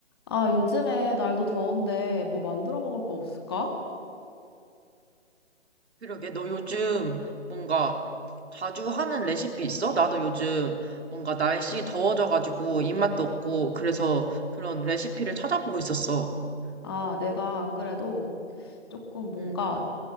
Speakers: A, on the left; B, on the right.
A: 아, 요즘에 날도 더운데 뭐 만들어 먹을 거 없을까?
B: 그러게, 너 요즘 뭔가 자주 하는 레시피 있어? 나도 요즘 뭔가 날씨 더워져가지고 입맛도 없고, 그래서 그런 레시피를 찾아보고 있었어.
A: 아, 내가 안 그래도 조금 뭔가
B: 응,